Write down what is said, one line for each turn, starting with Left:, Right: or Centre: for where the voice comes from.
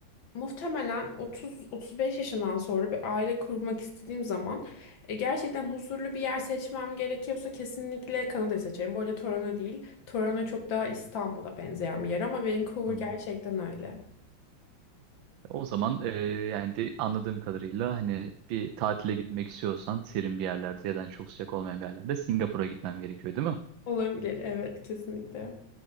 Left: muhtemelen 30-35 yaşından sonra bir aile kurmak istediğim zaman e, gerçekten huzurlu bir yer seçmem gerekiyorsa kesinlikle Kanada'yı seçerim. Bu arada Toronto değil. Toronto çok daha İstanbul'a benzeyen bir yer ama Vancouver
Right: Tamam.
Left: gerçekten öyle.
Right: O zaman e, yani de anladığım kadarıyla hani bir tatile gitmek istiyorsan serin bir yerlerde ya da hani çok sıcak olmayan bir yerlerde Singapur'a gitmem gerekiyor değil mi?
Left: Olabilir, evet kesinlikle.